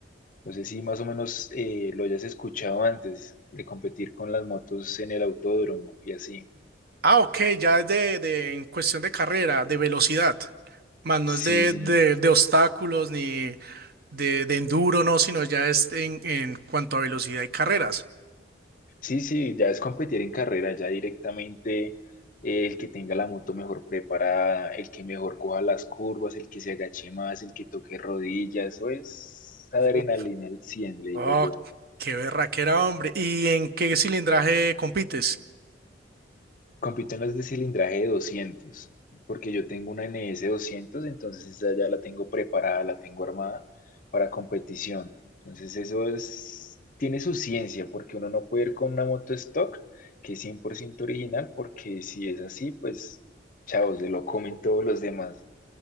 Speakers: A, on the left; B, on the right.
A: No sé si más o menos eh, lo hayas escuchado antes, de competir con las motos en el autódromo y así.
B: Ah, ok, ya es de, de- en cuestión de carrera, de velocidad, más no
A: Sí,
B: es de,
A: sí.
B: de, de obstáculos ni de, de enduro, no, sino ya es en, en cuanto a velocidad y carreras.
A: Sí, sí, ya es competir en carrera, ya directamente eh, el que tenga la moto mejor preparada, el que mejor coja las curvas, el que se agache más, el que toque rodillas, eso es adrenalina
B: Oh,
A: al 100, le
B: oh,
A: digo yo.
B: qué berraquera, hombre. ¿Y en qué cilindraje compites?
A: Compito en las de cilindraje de 200, porque yo tengo una N S 200, entonces esa ya la tengo preparada, la tengo armada para competición. Entonces eso es, tiene su ciencia, porque uno no puede ir con una moto stock que es 100% original, porque si es así, pues chao, se lo comen todos los demás.